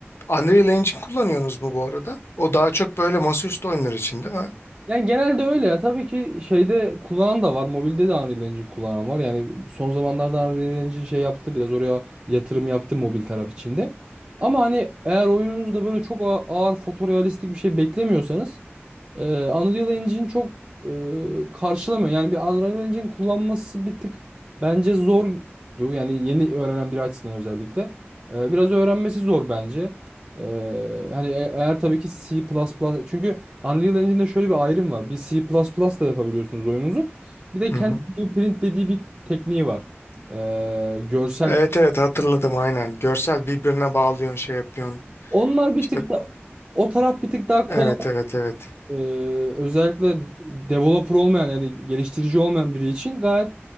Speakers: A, on the left; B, on the right.
A: Unreal Engine kullanıyorsunuz mu bu arada? O daha çok böyle masaüstü oyunlar için değil mi?
B: Yani genelde öyle ya. Tabii ki şeyde kullanan da var. Mobilde de Unreal Engine kullanan var. Yani son zamanlarda Unreal Engine şey yaptı. Biraz oraya yatırım yaptı mobil taraf içinde. Ama hani eğer oyununuzda böyle çok ağ- ağır fotorealistik bir şey beklemiyorsanız ee, Unreal Engine çok e, karşılamıyor. Yani bir Unreal Engine kullanması bir tık bence zordu. Yani yeni öğrenen biri açısından özellikle. Ee, biraz öğrenmesi zor bence. Ee, hani e- eğer tabii ki C++ çünkü Unreal Engine'de şöyle bir ayrım var. Bir C++ ile yapabiliyorsunuz oyununuzu. Bir de
A: Hı
B: kendi
A: hı.
B: Blueprint dediği bir tekniği var. Ee, görsel.
A: Evet evet hatırladım aynen. Görsel birbirine bağlıyorsun şey yapıyorsun.
B: Onlar bir
A: İşte
B: tık da o taraf bir tık daha kolay.
A: evet evet evet.
B: Ee, özellikle developer olmayan ya da geliştirici olmayan biri için gayet